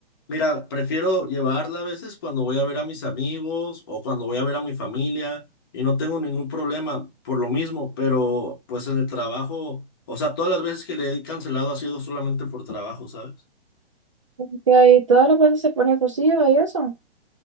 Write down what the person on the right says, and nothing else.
Porque ahí todas las veces se pone efusiva y eso.